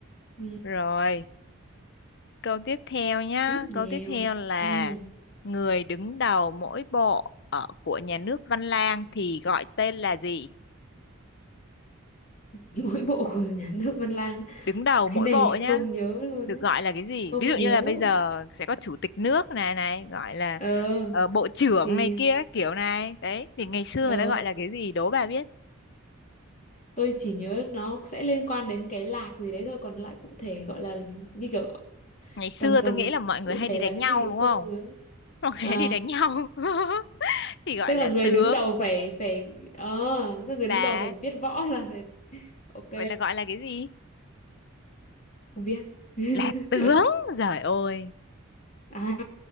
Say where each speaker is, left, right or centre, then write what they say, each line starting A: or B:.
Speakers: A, on the left; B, on the left.
A: ừ.
B: rồi câu tiếp theo nhá
A: tiếp nèo
B: câu tiếp theo là
A: ừ.
B: người đứng đầu mỗi bộ ở của nhà nước Văn Lang thì gọi tên là gì
A: <laughs> mỗi bộ của nhà nước Văn Lang
B: đứng đầu
A: cái
B: mỗi
A: này
B: bộ
A: không
B: nhá
A: nhớ luôn
B: được
A: ấy
B: gọi là cái gì
A: không
B: ví dụ
A: nhớ
B: như là bây giờ sẽ có chủ tịch nước này này gọi là
A: ờ
B: ờ, bộ trưởng
A: thì
B: này kia các kiểu này đấy thì ngày xưa
A: ờ
B: người ta gọi là cái gì đố bà biết
A: tôi chỉ nhớ nó sẽ liên quan đến cái lạc gì đấy thôi còn lại cụ thể gọi là như kiểu
B: ngày xưa
A: còn còn
B: tôi nghĩ là mọi người
A: cụ
B: hay
A: thể
B: đi đánh
A: là cái
B: nhau
A: gì thì
B: đúng
A: không
B: không
A: nhớ
B: <laughs> mọi người
A: à,
B: hay đi đánh nhau <laughs> thì gọi
A: tức
B: là
A: là người
B: tướng
A: đứng đầu phải phải ờ tức là người
B: là
A: đứng đầu phải biết võ là phải ok
B: vậy là gọi là cái gì
A: không biết <laughs>
B: là tướng giời ơi
A: à